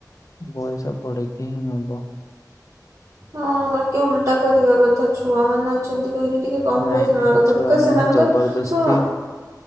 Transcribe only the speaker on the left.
ବଇସା ବଢେଇକି ହିଁ ନବ।
ନାଇଁ ନାଇଁ
ଛୁଆ
ମାନେ
ଜବରଦସ୍ତି